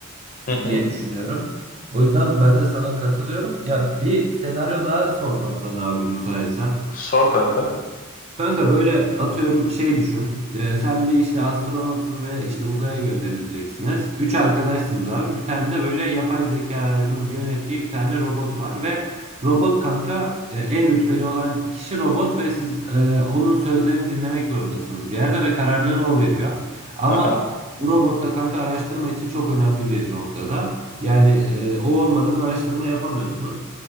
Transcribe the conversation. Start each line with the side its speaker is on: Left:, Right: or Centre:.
Left: Hı
Right: diye
Left: hı.
Right: düşünüyorum. O yüzden ben de sana katılıyorum. Ya bir senaryo daha sorsam sana abi müsaitsen.
Left: Sor kanka.
Right: Kanka böyle atıyorum şey düşün. Ee, sen bir işte astronotsun ve işte uzaya gönderileceksiniz. Üç arkadaşsınız abi. Bir tane de böyle yapay zekanın yönettiği bir tane robot var ve robot kanka e, en rütbeli olan kişi robot ve siz e, onun sözlerini dinlemek zorundasınız bir yerde ve kararları o veriyor. Ama
Left: Aha.
Right: bu robot da kanka araştırma için çok önemli bir noktada. Yani e, o olmadan araştırma yapamıyorsunuz.